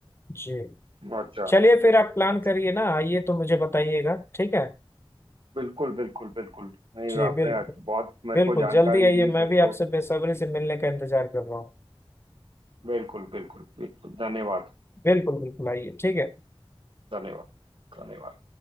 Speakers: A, on the left; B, on the right.
A: जी
B: हम्म, अच्छा
A: चलिए फिर आप प्लान
B: अच्छा
A: करिए ना आइए तो मुझे बताइएगा ठीक है
B: बिल्कुल बिल्कुल बिल्कुल नहीं
A: जी
B: आपने
A: बिल्कुल
B: आज बहुत मेरे
A: बिल्कुल
B: को जानकारी
A: जल्दी आइए
B: दी
A: मैं
B: मेरे को
A: भी आपसे बेसब्री से मिलने का इंतजार कर रहा हूँ
B: बिल्कुल बिल्कुल बिल्कुल धन्यवाद
A: बिल्कुल बिल्कुल आइए ठीक है
B: धन्यवाद धन्यवाद